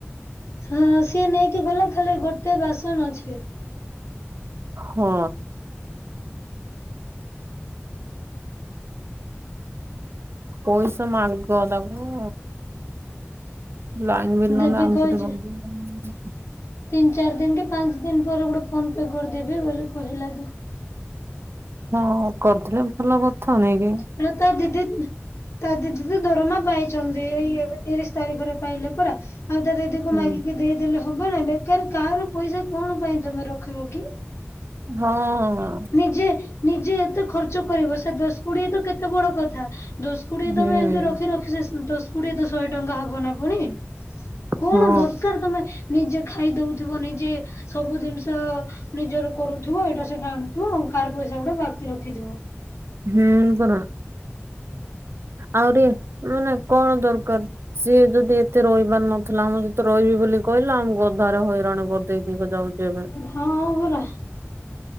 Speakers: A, on the left; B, on the right.
A: ହଁ ସିଏ ନେଇକି ଗଲା ଖାଲି ଗୋଟେ ବାସନ ଅଛି।
B: ହଁ। ପଇସା ମାଗ ତାକୁ। ଲାଇନ୍ ବିଲ୍
A: ଦେବି
B: ନହଲେ ଆମକୁ
A: କହିଛି।
B: ଦେବାକୁ ପଡ଼ିବ।
A: ତିନି ଚାରି ଦିନ କି ପାଞ୍ଚ ଦିନ ପରେ ଗୋଟେ ଫୋନ ପେ କରିଦେବି ବୋଲି କହିଲା ତ।
B: ହଁ କରୁଥିଲେ ଭଲ କଥା ନେଇାଇକି?
A: ହେଲେ ତା ଦିଦି ତା ଦିଦି ତ ଦରମା ପାଇଛନ୍ତି ଏଇ ଏବେ ତିରିଶ ତାରିଖରେ ପାଇଲେ ପରା। ଆଉ ତା ଦିଦିକୁ
B: ହଁ
A: ମାଗିକି ଦେଇଦେଲେ ହବ ନାଇ ବେକାର କାହାର ପଇସା କଣ ପାଇଁ ତମେ ରଖିବ କି?
B: ହଁ।
A: ନିଜେ ନିଜେ ଏତେ ଖର୍ଚ୍ଚ କରିବ ସେ ଦଶ କୋଡିଏ ତ କେତେ ବଡ କଥା। ଦଶ କୋଡିଏ
B: ହୁଁ
A: ତମେ ଏମିତି ରଖି ରଖିଛ ଦଶ କୋଡିଏ ତ ଶହେ ଟଙ୍କା ହବ ନା ପୁଣି। କଣ
B: ହଁ
A: ଦରକାର ତମେ ନିଜେ ଖାଇଦଉଥିବ ନିଜେ ସବୁ ଜିନିଷ ନିଜର କରୁଥିବ ଏଇଟା ସେଟା ଆଣୁଥିବ ଆଉ କାର ପଇସା ଗୁଡା ବାକି ରଖିଥିବ।
B: ହୁଁ ପରା ଆହୁରି ମାନେ କଣ ଦରକାର ସିଏ ଯଦି ଏତେ ରହିବାର ନଥିଲା ଆମ ସତେ ରହିବି ବୋଲି କହିଲା ଆମ ଅଧାରେ ହଇରାଣ କରିଦେଇକି ଯାଉଛି ଏବେ।
A: ହଁ ପରା।